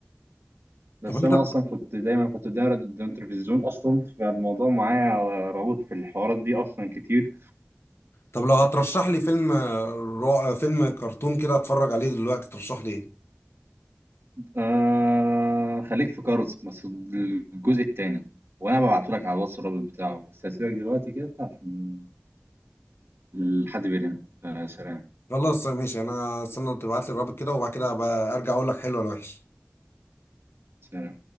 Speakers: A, on the right; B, on the left.
A: بس
B: طب انت
A: انا اصلا كنت دايما كنت دايما قدام التلفزيون اصلا فالموضوع معايا رابط في الحوارات دي اصلا كتير
B: طب لو هترشح لي فيلم رعب فيلم كرتون كده اتفرج عليه دلوقتي ترشح لي ايه
A: آه خليك في كاروز بس الجزء التاني وانا ببعته لك على الواتس الرابط بتاعه بس هسيبك دلوقتي كده عشان الحد بيرن آه سلام
B: خلاص ماشي انا استنى تبعت لي الرابط كده وبعد كده بقى ارجع اقول لك حلو ولا وحش
A: سلام